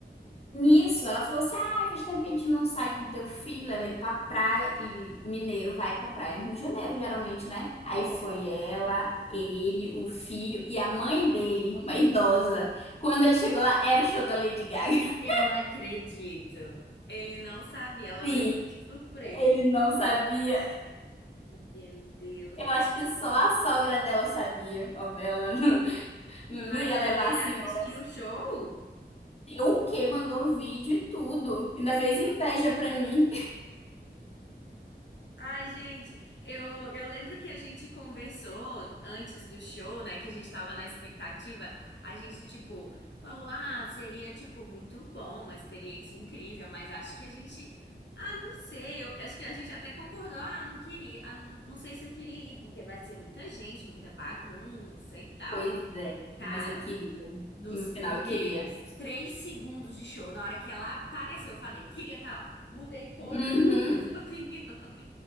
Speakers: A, on the left; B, on the left.
A: Nisso, ela falou assim: ah, faz tempo que a gente não sai com teu filho, leva ele pra praia. E mineiro vai pra praia no Rio de Janeiro, geralmente, né? Aí
B: vai,
A: foi
B: vai.
A: ela, ele, o filho e a mãe dele, uma idosa. Quando ele chegou lá, era o show da Lady Gaga. <laughs>
B: Eu não acredito. Ele não sabia, ela
A: Sim,
B: levou de surpresa.
A: ele não sabia.
B: Meu Deus
A: Eu
B: do
A: acho
B: céu.
A: que só a sogra dela sabia. Ó, Ela <laughs> não,
B: Mas
A: não ia
B: aí
A: levar
B: ele
A: a senhora.
B: assistiu o show?
A: O quê mandou vídeo e tudo. Ainda fez inveja pra mim.
B: Ai, gente, eu, eu lembro que a gente conversou antes do show, né? Que a gente tava na expectativa. A gente, tipo, falou: ah, seria, tipo, muito bom, uma experiência incrível, mas acho que a gente. Ah, não sei. Eu, acho que a gente até concordou. Ah, não queria. Ah, não não sei se eu queria ir, porque vai ser muita gente, muita bagunça e tal.
A: Pois é,
B: Cara.
A: mas eu queria.
B: Nos
A: No final
B: primeiros
A: eu queria.
B: três segundos de show, na hora que ela apareceu, eu falei, queria estar lá. Mudei todas
A: Uhum.
B: as minhas <laughs> opiniões.